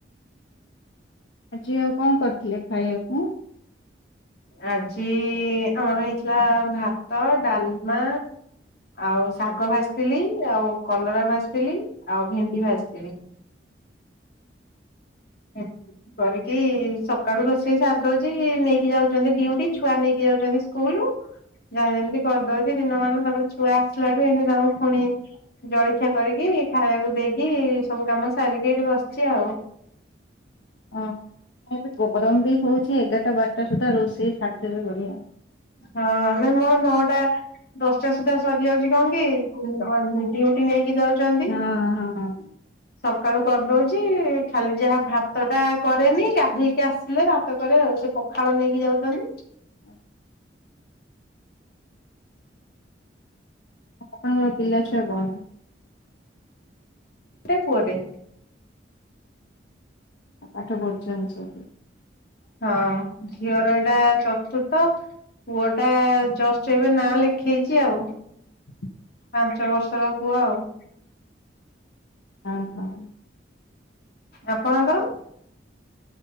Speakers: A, on the left; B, on the left.
A: ଆଜି ଆଉ କଣ କରିଥିଲେ ଖାଇବାକୁ?
B: ଆଜି ଆମର ହେଇଥିଲା ଭାତ ଡାଲମା ଆଉ ଶାଗ ଭାଜିଥିଲି ଆଉ କଲରା ଭାଜିଥିଲି ଆଉ ଭେଣ୍ଡି ଭାଜିଥିଲି। ହୁଁ। କରିକି ସକାଳୁ ରୋଷେଇ ସାର ଦଉଛି ନେଇକି ଯାଉଛନ୍ତି ଡଉଟି ଛୁଆ ନେଇକି ଯାଉଛନ୍ତି ସ୍କୁଲ। ଯାହା ଯେମିତି କରିଦଉଛି ଦିନମାନାନ ତାପରେ ଛୁଆ ଆସିଲାଠୁ ଏମିତି ତାମକୁ ପୁଣିି ଜଳଖିଆ କରିକି ଖାଇବାକୁ ଦେଇକି ସବୁ କାମ ସାରିକି ଏଇଠି ବସିଛି ଆଉ।
A: ଓ ଏବେ ଗରମ ବି ହଉଛି ଏଗାରଟା ବାରଟା ସୁଦ୍ଧା ରୋଷେଇ ସାରଦେବେ ବଢିଆ।
B: ହଁ ନ ମୋର ନଅଟା ଦଶଟା ସୁଦ୍ଧା ସରିଯାଉଛି କଣ କି ଡିଉଟି ନେଇକି ଯାଉଛନ୍ତି।
A: ଆଉ ହଁ ହଁ
B: ସକାଳୁ କରଦଉଚି ଖାଲି ଯାହା ଭାତଟା କରେନି ଗାଧେଇକି ଆସିଲେ ଭାତ କରେ ଆଉ। ସେ ପଖାଳ ନେଇକି ଯାଉଚନ୍ତି।
A: ଆ ଆଉ ଆପଣଙ୍କର ପିଲା ଛୁଆ କଣ?
B: ଟେ ପୁଅଟେ
A: ପାଠ ପଦୁର୍ନ୍ତି ସବୁ।
B: ହଁ ଝିଅର ଏଇଟା ଚତୁର୍ଥ ପୁଅ ଟା ଜଷ୍ଟ ଏବେ ନାଁ ଲେଖେଇଛି ଆଉ।
A: <inaudible>
B: ପାଞ୍ଚ ବର୍ଷର ପୁଅ ଆଉ।
A: ହଁ ହଁ।
B: ଆପଣଙ୍କର?